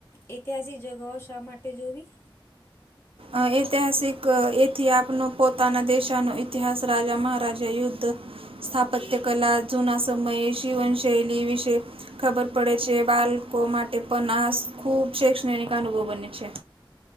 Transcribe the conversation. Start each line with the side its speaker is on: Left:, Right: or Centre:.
Left: ઐતિહાસિક જગાઓ શા માટે જોવી?
Right: અ ઐતિહાસિક ઐતિહાપ પન પોતાના દેશાનો ઇતિહાસ રાજા, મહારાજા, યુદ્ધ. સ્થાપત્ય કલા, જુના સમયે જીવનશૈલી વિશે. ખબર પડે છે, બાલકો માટે પણ આસ ખૂબ શૈક્ષણિક અનુભવ બને છે.